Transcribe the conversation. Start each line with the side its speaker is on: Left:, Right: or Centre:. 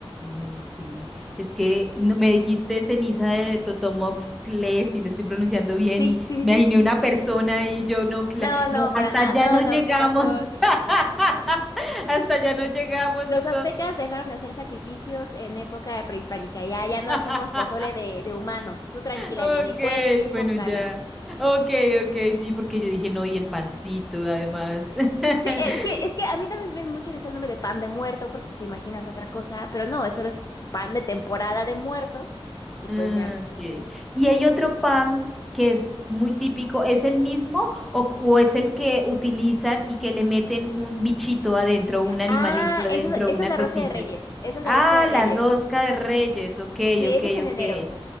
Centre: Ay, sí. Es que no- me dijiste ceniza de Totomoxcle, si lo estoy pronunciando bien,
Left: Sí,
Centre: y
Left: sí, sí,
Centre: me
Left: sí.
Centre: imaginé una persona y yo no, cla-
Left: No, no,
Centre: no,
Left: para
Centre: hasta
Left: nada.
Centre: allá
Left: No,
Centre: no llegamos.
Left: no, ¿qué pasó? ¿Qué pasó?
Centre: <laughs>
Left: ¿Qué pasó? No.
Centre: Hasta allá no llegamos
Left: Los
Centre: nosotros.
Left: aztecas dejaron de hacer sacrificios en época prehispánica. Ya, ya no
Centre: <laughs>
Left: hacemos pozole de, de humano. Tú tranquila,
Centre: Ok,
Left: Jenny, puedes venir
Centre: bueno,
Left: con calma.
Centre: ya. Ok, ok, sí, porque yo dije no, y el pancito, además. <laughs>
Left: Sí, es que, es que a mí también me da mucha risa el nombre de pan de muerto, porque pues te imaginas otra cosa, pero no, eso es pan de temporada de muertos, y
Centre: Ah,
Left: pues ya.
Centre: ok. Y hay otro pan que es muy típico, ¿es el mismo o, o es el que utilizan y que le meten un bichito adentro, un animalito
Left: Ah,
Centre: adentro,
Left: eso, es- eso
Centre: una
Left: es de
Centre: cosita?
Left: rosca de reyes, eso es
Centre: Ah,
Left: de rosca de reyes.
Centre: la rosca de Reyes, ok,
Left: Sí,
Centre: ok,
Left: eso es en enero.
Centre: ok.